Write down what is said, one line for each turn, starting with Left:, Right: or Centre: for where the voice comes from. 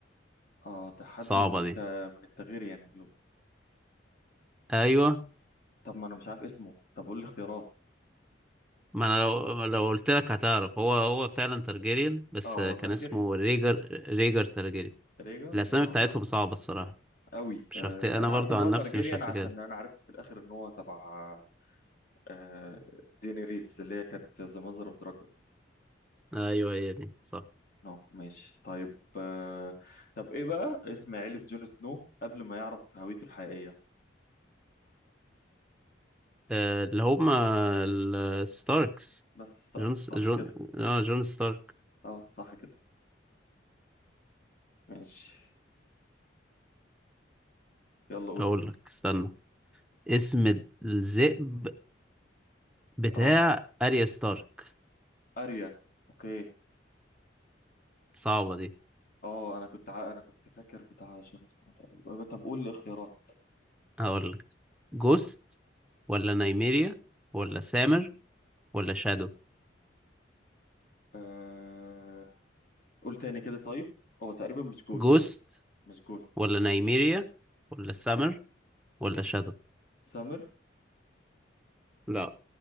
Left: اه ده حد
Centre: صعبة
Left: من الت...
Centre: دي
Left: من التغيير يعني دي.
Centre: ايوه
Left: طب ما انا مش عارف اسمه طب قول لي اختيارات
Centre: ما انا لو لو قلت لك هتعرف هو هو فعلا تارجيريان بس
Left: اه
Centre: كان
Left: ترجيريان
Centre: اسمه ريجر ريجر تارجيريان
Left: ريجر
Centre: الاسامي
Left: اه
Centre: بتاعتهم
Left: لا
Centre: صعبة الصراحة
Left: قوي
Centre: مش
Left: آه
Centre: هفت... انا
Left: انا
Centre: برضو
Left: عارف ان
Centre: عن
Left: هو ترجيريان
Centre: نفسي مش هفتكرها
Left: عشان انا عرفت في الاخر ان هو تبع آه دينيريس اللي هي كانت ذا ماذر اوف دراجون
Centre: ايوه هي دي صح
Left: اه ماشي طيب آه، طب ايه بقى اسم عيلة جون سنو قبل ما يعرف هويته الحقيقية
Centre: آه، اللي هما الستاركس
Left: بس ستارك
Centre: جون
Left: صح
Centre: جون
Left: كده
Centre: اه جون ستارك
Left: اه صح كده ماشي يلا قول
Centre: اقول لك استنى اسم الذئب بتاع
Left: اه
Centre: اريا ستارك
Left: اريا اوكي
Centre: صعبة دي
Left: اه انا كنت ع... انا كنت فاكر بتاع جون سنو تقريبا آه، طب قول الاختيارات
Centre: هقول لك جوست ولا نايميريا ولا سامر ولا شادو
Left: آه... قول تاني كده طيب هو تقريبا مش جوست
Centre: جوست
Left: مش جوست
Centre: ولا نايميريا ولا سامر ولا شادو
Left: سامر
Centre: لا